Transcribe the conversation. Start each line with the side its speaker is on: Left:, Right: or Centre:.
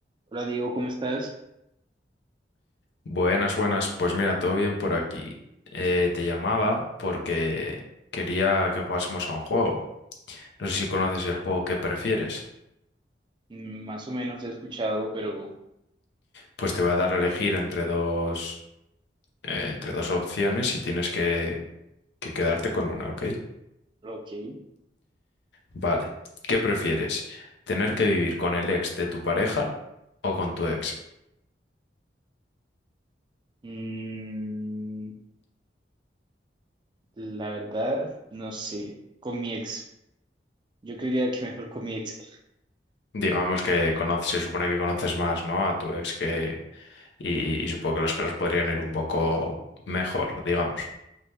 Right: Hola Diego, ¿cómo estás?
Left: Buenas, buenas. Pues mira, todo bien por aquí. Eh, te llamaba porque quería que jugásemos a un juego. No sé si conoces el juego que prefieres.
Right: Mm, Más o menos he escuchado, pero
Left: Pues te voy a dar a elegir entre dos, eh, entre dos opciones y tienes que, que quedarte con una, ¿ok?
Right: pero ok.
Left: Vale. ¿Qué prefieres? ¿Tener que vivir con el ex de tu pareja o con tu ex?
Right: Mm, la verdad, no sé. Con mi ex, yo creería que mejor con mi ex. <laughs>
Left: Digamos que conoces, se supone que conoces más, ¿no? A tu ex que, y, y supongo que las cosas podrían ir un poco mejor, digamos.